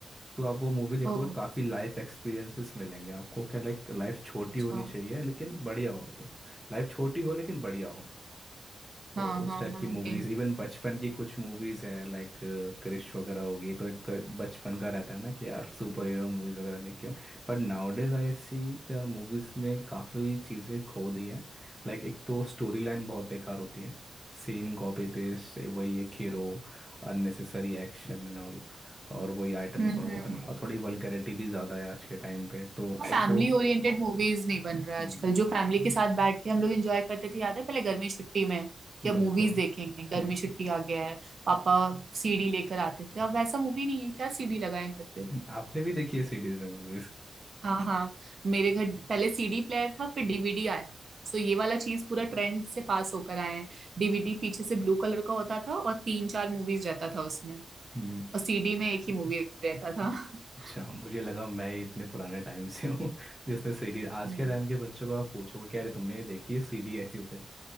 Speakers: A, in the centre; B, on the right.
A: तो आप वो मूवी देखोगे
B: ओ
A: काफ़ी लाइफ एक्सपीरियंसेस मिलेंगे आपको क्या लाइक लाइफ छोटी
B: अच्छा
A: होनी चाहिए लेकिन बढ़िया हो तो लाइफ छोटी हो लेकिन बढ़िया हो तो
B: हाँ
A: उस
B: हाँ
A: टाइप
B: हाँ
A: की मूवीज
B: नहीं
A: इवन बचपन की कुछ मूवीज है लाइक क्रिश वगैरह हो गई तो एक बचपन का रहता है ना कि यार
B: हम्म
A: सुपर हीरो मूवीज वगैरह देखियो But nowadays I see क्या मूवीज में काफ़ी चीज़ें खो दी है लाइक एक तो स्टोरी लाइन बहुत बेकार होती है सेम कॉपी पेस्ट वही एक hero unnecessary action and all और वही आइटम
B: हम्म
A: सॉन्ग्स और थोड़ी वल्गैरिटी भी ज़्यादा है आज के टाइम पे तो अब
B: फैमिली
A: वो
B: ओरिएंटेड मूवीज नहीं बन
A: हम्म,
B: रहा है आजकल जो फैमिली के साथ बैठ के हम लोग एंजॉय करते थे याद है पहले गर्मी छुट्टी में कि अब
A: बिल्कुल
B: मूवीज देखेंगे
A: बिल्कुल
B: गर्मी छुट्टी आ गया है पापा सीडी लेकर आते थे अब वैसा मूवी नहीं है क्या सीडी लगाए घर पे
A: आपने भी देखी है सीरीज में मूवीज
B: हाँ हाँ मेरे घर पहले सीडी प्लेयर था फिर डीवीडी आया सो ये वाला चीज पूरा ट्रेंड से पास होकर आए हैं डीवीडी पीछे से ब्लू कलर का होता था और तीन चार मूवीज रहता था उसमें
A: हम्म,
B: और सीडी में एक ही मूवी रहता था <laughs>
A: अच्छा मुझे लगा मैं ही इतने पुराने टाइम से हूँ <laughs> जिसने सीडी आज
B: हम्म,
A: के टाइम के बच्चों को आप पूछोगे कि अरे तुमने ये देखी है सीडी ऐसी होते थे